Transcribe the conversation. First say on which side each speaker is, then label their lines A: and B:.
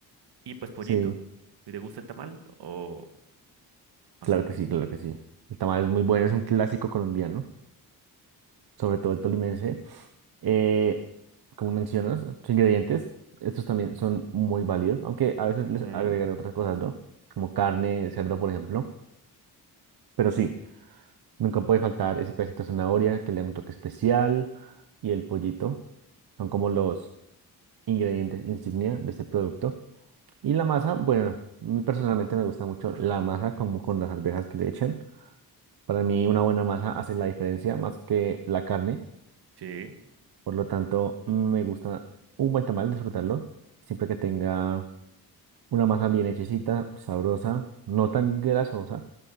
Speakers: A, on the right (about 85°); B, on the right (about 70°).
A: Y pues pollito.
B: Sí,
A: Si te gusta el tamal o más
B: claro
A: o menos.
B: que sí, claro que sí. El tamal es muy bueno, es un clásico colombiano, sobre todo el tolimense. Eh, como mencionas, sus ingredientes, estos también son muy válidos, aunque a veces
A: Ujú.
B: les agregan otras cosas, ¿no? Como carne, cerdo, por ejemplo. Pero sí, nunca puede faltar ese pedacito de zanahoria que le da un toque especial y el pollito. Son como los ingredientes insignia de este producto. Y la masa, bueno, a mí personalmente me gusta mucho la masa como con las arvejas que le echan. Para mí una buena masa hace la diferencia más que la carne.
A: Sí,
B: Por lo tanto, me gusta un buen tamal, disfrutarlo. Siempre que tenga una masa bien hechecita, sabrosa, no tan grasosa.